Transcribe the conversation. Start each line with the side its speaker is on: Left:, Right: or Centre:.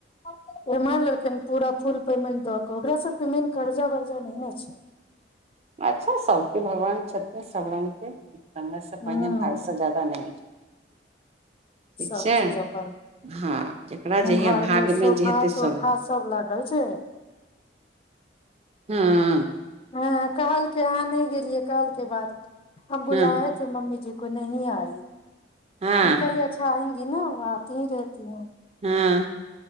Left: <unintelligible> पूरा फुल पेमेन्ट दऽ कऽ ओकरासँ पेमेन्ट कर्जा वर्जा नहि ने छै
Right: अच्छा सबके भगवान छथिन सब रंग के समयसँ पहिने
Left: ह
Right: भाग्यसँ ज्यादा नहि होइ छै ठीक
Left: सब
Right: छै
Left: चीज अपन
Right: हँ जेकरा जहिया
Left: घरमे
Right: भाग
Left: सोफा
Right: मे जे हेतै सब
Left: तोफा
Right: हेतै
Left: सब लागल छै
Right: हँ
Left: हँ कहल के अहाँ नहि गेलियै कहलके बादमे <unintelligible>
Right: हँ हँ
Left: <unintelligible> <unintelligible> <unintelligible>
Right: हँ